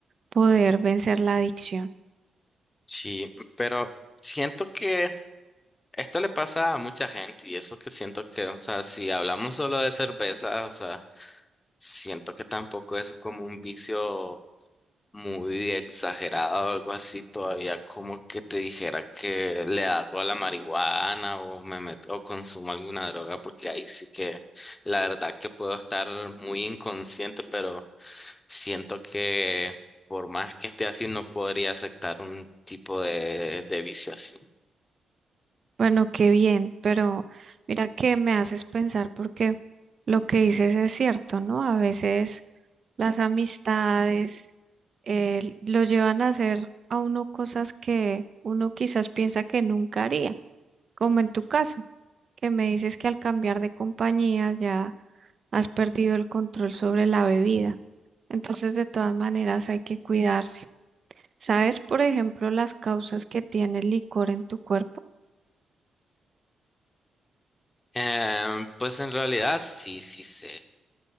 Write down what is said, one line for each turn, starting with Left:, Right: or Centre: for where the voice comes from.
Right: poder vencer la adicción.
Left: Sí, pero siento que Esto le pasa a mucha gente y eso que siento que, o sea, si hablamos solo de cerveza, o sea, siento que tampoco es como un vicio muy exagerado o algo así, todavía como que te dijera que le hago a la marihuana o me meto o consumo alguna droga, porque ahí sí que la verdad que puedo estar muy inconsciente, pero siento que por más que esté así no podría aceptar un tipo de, de vicio así.
Right: Bueno, qué bien, pero mira que me haces pensar porque lo que dices es cierto, ¿no? A veces las amistades eh, lo llevan a hacer a uno cosas que uno quizás piensa que nunca haría, como en tu caso, que me dices que al cambiar de compañía ya has perdido el control sobre la bebida. Entonces, de todas maneras, hay que cuidarse. ¿Sabes, por ejemplo, las causas que tiene el licor en tu cuerpo?
Left: Em, pues en realidad sí, sí sé,